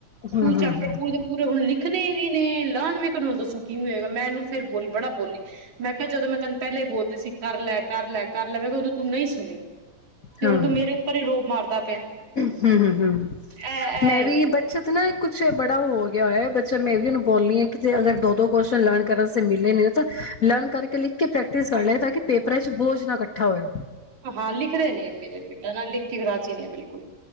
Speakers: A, on the left; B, on the right.
A: ਹਾਂ
B: ਤੂੰ
A: ਹਾਂ
B: ਚੈਪਟਰ
A: ਹਾਂ
B: ਪੂਰੇ ਦੇ ਪੂਰੇ ਹੁਣ ਲਿਖਣੇ ਵੀ ਨੇ ਲਾਨ ਵੇਖਣਣ ਦੱਸੋ ਕੀ ਹੋਗਾ ਮੈਂ ਇਹਨੂੰ ਫਿਰ ਬੋਲੀ ਬੜਾ ਬੋਲੀ ਮੈਂ ਕਿਹਾ ਜਦੋਂ ਮੈਂ ਤੈਨੂੰ ਪਹਿਲੇ ਬੋਲਦੇ ਸੀ ਕਰ ਲੈ ਕਰ ਲੈ ਕਰ ਲੈ ਮੈਂ ਕਿਹਾ ਉਦੋਂ ਤੂੰ ਨਹੀਂ ਸੁਣੀ ਤੇ
A: ਹਾਂ
B: ਹੁਣ ਤੂੰ ਮੇਰੇ ਉੱਪਰ ਹੀ ਰੋਬ ਮਾਰਦਾ ਪਿਆ
A: ਹਮ ਹਮ ਹਮ
B: ਐ ਐ
A: ਮੈਂ ਵੀ ਬੱਚਤ ਨਾ ਕੁਛ ਬੜਾ ਉਹ ਹੋ ਗਿਆ ਹੋਆ ਬੱਚਾ ਮੈਂ ਇਹ ਵੀ ਉਹਨੂੰ ਬੋਲਣੀ ਹਾਂ ਕਿ ਅਗਰ ਦੋ ਦੋ ਕੁਸ਼ਚ ਲਰਨ ਕਰਨ ਮਿਲੇ ਨੇ ਤਾਂ ਲਰਨ ਕਰਕੇ ਲਿਖ ਕੇ ਪ੍ਰੈਕਟਿਸ ਕਰ ਲੈਏ ਤਾਂ ਕਿ ਪੇਪਰਾਂ ਚ ਬੋਝ ਨਾ ਇਕੱਠਾ ਹੋਵੇ
B: ਹਾਂ ਲਿਖ ਨੇ ਮੇਰੇ ਬੇਟਾਂ ਨਾਲ ਕਿਗ ਰਾਜੀ ਨੇ ਬਿਲਕੁਲ